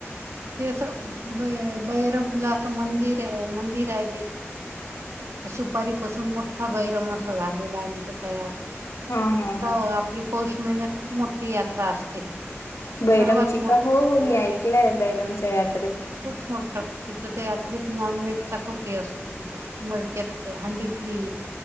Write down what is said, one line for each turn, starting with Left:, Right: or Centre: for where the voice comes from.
Right: ते अस ब बैरला असं मंदिर आहे मंदिर आहे ते. सुपारी पाासून मोठा बैरम असा झालेला आहे म्हण ते तयार.
Left: हा हम
Right: तर
Left: हम.
Right: आपली पौष महिनत खूप मोठी यात्रा असते.
Left: बैरमची
Right: सर्वात मोठी
Left: का हो हो मी ऐकलंय बैरमच्या यात.
Right: खूप मोठ तिथं ते यात्रेत नॉन व्हेज. खूपे असते तिथं मडक्यात ते हंडीतली